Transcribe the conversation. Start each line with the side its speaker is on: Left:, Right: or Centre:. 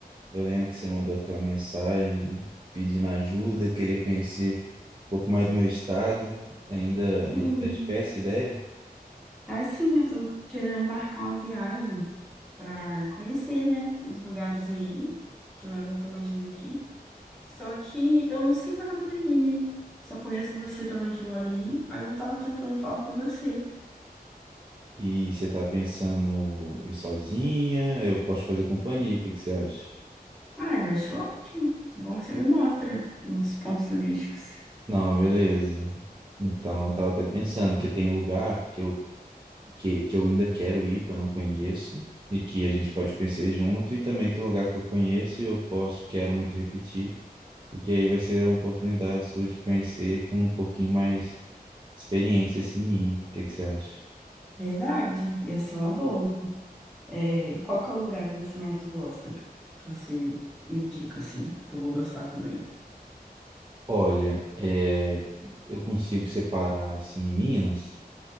Right: Eu lembro que você mandou aquela mensagem pedindo ajuda, queria conhecer um pouco mais do meu estado. Ainda,
Centre: Sim,
Right: ainda tá de pé essa ideia?
Centre: assim, eu tô querendo marcar uma viagem pra conhecer, né, os lugares aí, que não é muito longe daqui. Só que eu não sei nada daí, né? Só conheço você também que mora aí, aí eu tava tentando falar com você.
Right: E você tá pensando em ir sozinha? Eu posso fazer companhia, o que que você acha?
Centre: Ah, eu acho ótimo. Bom que você me mostra os pontos turísticos.
Right: Não, beleza. Então, eu tava até pensando que tem lugar que eu que, que eu ainda quero ir, que eu não conheço, e que a gente pode conhecer junto, e também tem lugar que eu conheço e eu posso, quero muito repetir, e que aí vai ser uma oportunidade sua de conhecer com um pouquinho mais experiência, assim, minha. O que que você acha?
Centre: Verdade, ia ser uma boa. É, qual que é o lugar que você mais gosta? Que você me indica, assim, que eu vou gostar também.
Right: Olha, é, eu consigo separar, assim, Minas.